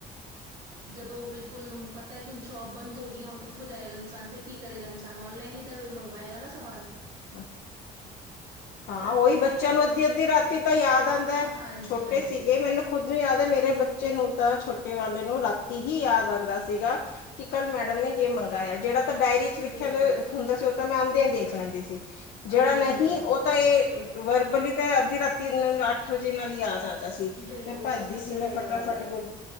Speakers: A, on the right; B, on the left.
A: ਜਦੋਂ ਬਿਲਕੁਲ ਹੁਣ ਪਤਾ ਹੈ ਹੁਣ ਸ਼ੋਪ ਬੰਦ ਹੋ ਗਈਆਂ। ਹੁਣ ਕਿੱਥੋਂ ਜਾਏਗਾ ਇਨਸਾਨ। ਫਿਰ ਕੀ ਕਰੇਗਾ ਇਨਸਾਨ? ਔਨਲਾਈਨ ਹੀ। ਮੰਗਵਾਏਗਾ ਨਾ ਸਮਾਨ।
B: ਆਹ। ਹਾਂ।
A: ਤਾਂ
B: ਉਹੀ
A: ਔਨਲਾਈਨ
B: ਬੱਚਿਆਂ ਨੂੰ ਅੱਧੀ-ਅੱਧੀ ਰਾਤੀ ਤਾਂ ਯਾਦ ਆਉਂਦਾ ਹੈ।
A: ਹਾਂਜੀ
B: ਛੋਟੇ
A: ਹਾਂਜੀ
B: ਸੀਗੇ ਮੈਨੂੰ ਖੁਦ। ਮੈਨੂੰ ਯਾਦ ਹੈ ਮੇਰੇ ਬੱਚੇ ਨੂੰ ਤਾਂ ਛੋਟੇ ਵਾਲੇ ਨੂੰ ਰਾਤੀ ਹੀ ਯਾਦ ਆਉਂਦਾ ਸੀਗਾ। ਕਿ ਕੱਲ੍ਹ ਮੈਡਮ ਨੇ ਯੇ ਮੰਗਾਇਆ ਜਿਹੜਾ ਤਾਂ ਡਾਇਰੀ ' ਲਿਖਿਆ
A: ਬਿਲਕੁਲ ਹੈ
B: ਹੁੰਦਾ ਸੀ। ਉਹ ਤਾਂ ਮੈਂ ਆਉਂਦਿਆਂ ਹੀ ਦੇਖ ਲੈਂਦੀ ਸੀ। ਜਿਹੜਾ
A: ਬਿਲਕੁਲ
B: ਨਹੀਂ।
A: ਬਿਲਕੁਲ
B: ਉਹ ਤਾਂ ਇਹ ਵਰਬਲੀ ਤਾਂ ਅੱਧੀ ਰਾਤੀ ਇਹ ਅੱਠ ਵਜੇ ਇਹਨਾਂ ਦੀ ਯਾਦ ਆਉਂਦੀ। ਸੀ।
A: ਬਿਲਕੁਲ
B: ਫਿਰ ਭੱਜਦੀ
A: ਸਭ ਬੱਚਿਆਂ
B: ਸੀ ਮੈਂ
A: ਦਾ ਇਹ
B: ਫਟਾਫਟ
A: ਹਾਲ ਹੈ
B: ਗਲ